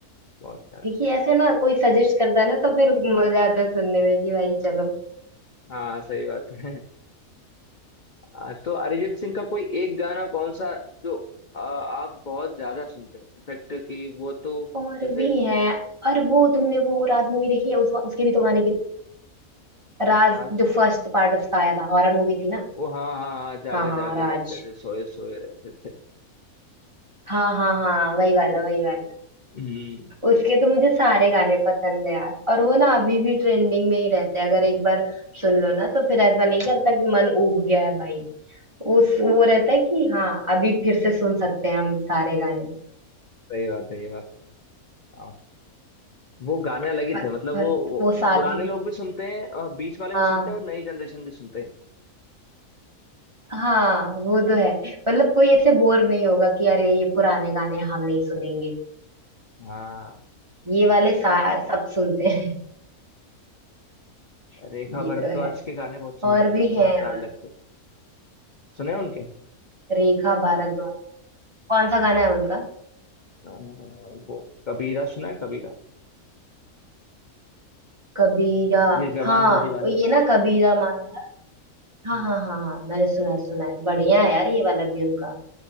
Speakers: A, on the left; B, on the right.
A: बहुत सारा
B: क्योंकि ऐसे ना कोई सजेस्ट करता है ना तो फिर मजा आता है सुनने में कि भाई चलो
A: हाँ सही बात है आ, तो अरिजीत सिंह का कोई एक गाना कौन सा जो आ, आप बहुत ज्यादा सुनते हो इनफेक्ट कि वो तो
B: और
A: जैसे
B: भी है और वो तुमने वो राज मूवी देखी है उस, उसके भी तो गाने के राज
A: राज
B: जो फर्स्ट पार्ट उसका आया था हॉरर मूवी थी ना
A: वो हाँ हाँ हाँ जागे
B: हाँ हाँ
A: जागे
B: राज
A: रहते थे सोए सोए रहते थे
B: हाँ हाँ हाँ वही वाला वही वाला
A: हम्म,
B: उसके तो मुझे सारे गाने पसंद है यार और वो ना अभी भी ट्रेंडिंग में ही रहते हैं अगर एक बार सुन लो ना तो फिर ऐसा नहीं करता कि मन ऊब गया है भाई उस वो रहता है कि हाँ अभी फिर से सुन सकते हैं हम सारे गाने
A: सही बात है ये बात तो है और वो गाने अलग ही
B: और,
A: थे मतलब
B: और
A: वो, वो
B: वो शादी
A: पुराने लोग भी सुनते हैं और बीच वाले
B: हाँ
A: भी सुनते हैं और नई जनरेशन भी सुनते हैं
B: हाँ वो तो है मतलब कोई ऐसे बोर नहीं होगा कि अरे ये पुराने गाने हम नहीं सुनेंगे
A: हाँ
B: ये वाले सा, सब सुनते हैं <laughs>
A: रेखा भारद्वाज
B: ये तो है
A: के गाने बहुत सुंदर
B: और भी
A: बहुत
B: है
A: प्यारे
B: और
A: लगते हैं सुने हैं उनके
B: रेखा भारद्वाज कौन सा गाना है उनका
A: अ, वो कबीरा सुना है कबीरा
B: कबीरा
A: ये जवानी
B: हाँ
A: है दीवानी
B: ये
A: का
B: ना कबीरा माना हाँ
A: हम्म,
B: हाँ हाँ हाँ मैंने सुना है सुना है बढ़िया है यार ये वाला भी उनका